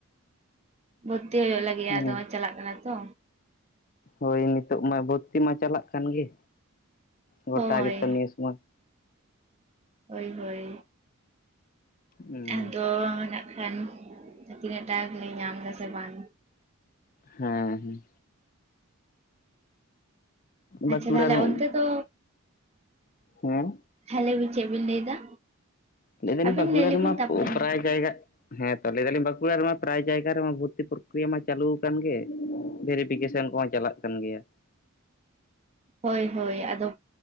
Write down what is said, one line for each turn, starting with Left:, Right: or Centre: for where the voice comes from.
Right: ᱵᱷᱚᱨᱛᱤ ᱦᱩᱭᱩᱜ ᱞᱟᱹᱜᱤᱫᱼᱟ
Left: ᱦᱮᱸ
Right: ᱟᱫᱚ ᱪᱟᱞᱟᱜ ᱠᱟᱱᱟ ᱛᱚ,
Left: ᱦᱳᱭ ᱱᱤᱛᱚᱜ ᱢᱟ ᱵᱷᱩᱨᱛᱤ ᱢᱟ ᱪᱟᱞᱟᱜ ᱠᱟᱱ ᱜᱮ ᱜᱚᱴᱟ
Right: ᱦᱳᱭ
Left: ᱜᱮᱛᱚ ᱱᱤᱭᱟᱹ ᱥᱚᱢᱚᱭ ᱾
Right: ᱦᱳᱭ ᱦᱳᱭ
Left: ᱦᱮᱸ
Right: ᱟᱫᱚ ᱠᱷᱟᱱ ᱛᱤᱱᱟᱹᱜ ᱴᱟᱠᱟ ᱞᱤᱝ ᱧᱟᱢ ᱫᱟᱥᱮ ᱵᱟᱝ,
Left: ᱦᱮᱸ ᱵᱟᱸᱠᱩᱲᱟ
Right: ᱟᱪᱷᱟ ᱛᱟᱦᱚᱞᱮ
Left: ᱨᱮ
Right: ᱚᱱᱛᱮ ᱫᱚ
Left: ᱦᱮᱸ
Right: ᱦᱮᱸ ᱞᱟᱹᱭ ᱵᱤᱱ ᱪᱮᱫ ᱵᱤᱱ ᱞᱟᱹᱭ ᱮᱫᱟ?
Left: ᱞᱟᱹᱭ ᱫᱟᱞᱤᱧ
Right: ᱟᱹᱵᱤᱱ
Left: ᱵᱟᱸᱠᱩᱰᱟ
Right: ᱞᱟᱹᱭ ᱞᱮᱵᱤᱱ
Left: ᱨᱮ ᱢᱟ
Right: ᱛᱟᱯᱚᱨᱮ
Left: ᱯᱨᱨᱟᱟᱭ ᱡᱟᱭᱜᱟ ᱦᱮᱸ ᱛᱚ ᱞᱟᱹᱭ ᱫᱟᱞᱤᱧ ᱵᱟᱸᱠᱩᱲᱟ ᱨᱮᱢᱟ ᱯᱨᱟᱭ ᱡᱟᱭᱜᱟ ᱨᱮᱢᱟ ᱵᱷᱚᱨᱛᱤ ᱯᱚᱨᱠᱨᱤᱭᱟ ᱢᱟ ᱪᱟᱹᱞᱩ ᱟᱠᱟᱱ ᱜᱮ ᱵᱷᱮᱨᱤᱯᱷᱤᱠᱮᱥᱚᱱ ᱠᱚᱢᱟ ᱪᱟᱞᱟᱜ ᱠᱟᱱᱟ ᱾ ᱠᱟᱱ ᱜᱮᱭᱟ
Right: ᱦᱳᱭ ᱦᱳᱭ ᱟᱫᱚ